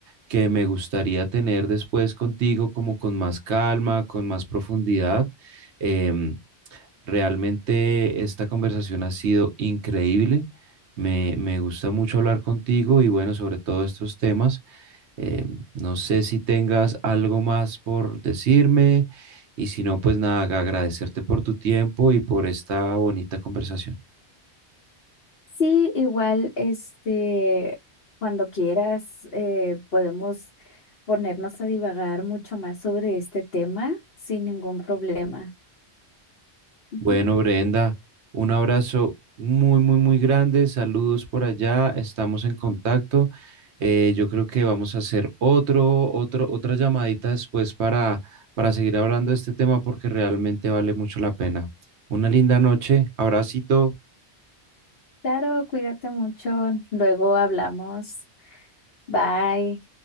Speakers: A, on the right; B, on the left.
A: que me gustaría tener después contigo como con más calma, con más profundidad. Em, realmente esta conversación ha sido increíble. Me, me gusta mucho hablar contigo y bueno, sobre todo estos temas. Eh, no sé si tengas algo más por decirme y si no, pues nada, ag- agradecerte por tu tiempo y por esta bonita conversación.
B: Sí, igual, este, cuando quieras, eh, podemos ponernos a divagar mucho más sobre este tema sin ningún problema. Ujú.
A: Bueno, Brenda, un abrazo muy, muy, muy grande. Saludos por allá. Estamos en contacto. Eh, yo creo que vamos a hacer otro, otro, otra llamadita después para, para seguir hablando de este tema porque realmente vale mucho la pena. Una linda noche. Abracito.
B: Claro, cuídate mucho. Luego hablamos. Bye.